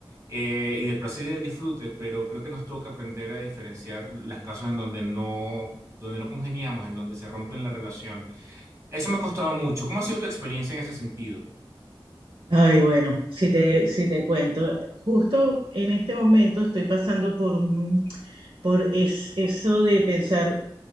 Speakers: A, on the right (about 35°); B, on the right (about 65°).
A: eh, y del placer y del disfrute, pero creo que nos toca aprender a diferenciar las casos en donde no, donde no congeniamos, en donde se rompen la relación. Eso me ha costado mucho. ¿Cómo ha sido tu experiencia en ese sentido?
B: Ay, bueno, si te, si te cuento, justo en este momento estoy pasando por, un- por es- eso de pensar